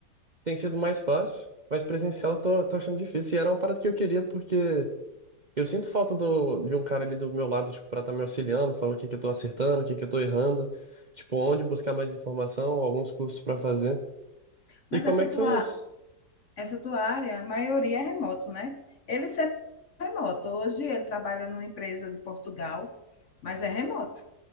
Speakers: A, on the right; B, on the left.
A: tem sido mais fácil, mas presencial tô, tô achando difícil. E era uma parada que eu queria porque Eu sinto falta do, de um cara ali do meu lado, tipo, pra estar me auxiliando, falando o que que eu tô acertando, o que que eu tô errando, tipo, onde buscar mais informação, alguns cursos pra fazer.
B: Mas
A: E como
B: essa
A: é que
B: tua,
A: foi isso?
B: essa tua área, a maioria é remoto, né? Ele sempre é remoto. Hoje ele trabalha numa empresa de Portugal, mas é remoto.